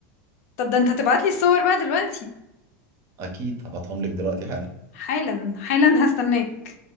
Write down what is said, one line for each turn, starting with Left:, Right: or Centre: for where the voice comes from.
Left: طب ده انت هتبعت لي الصور بقى دلوقتي
Right: اكيد هبعتهم لك دلوقتي حالا
Left: حالا حالا هستناك